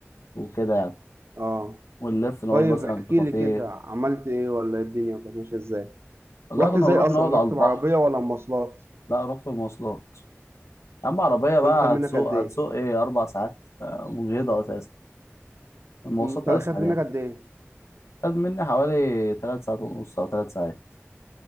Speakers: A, on the left; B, on the right.
A: وكده يعني
B: اه
A: ونلف نقعد
B: طيب
A: مثلا
B: احكي
A: في كافيه
B: لي كده عملت ايه ولا إيه الدنيا كانت ماشيه ازاي
A: والله
B: رحت
A: كنا
B: ازاي
A: بنروح
B: اصلا
A: نقعد على
B: رحت
A: البحر
B: بعربيه ولا مواصلات
A: لا رحت مواصلات اما عربيه
B: الطريق
A: بقى
B: خد منك
A: هتسوق
B: قد ايه
A: هتسوق ايه اربع ساعات آه، مجهده اساسا المواصلات
B: أمم، الطريق
A: اسهل
B: خد منك
A: يعني
B: قد ايه
A: خد مني حوالي ثلاث ساعات ونص او ثلاث ساعات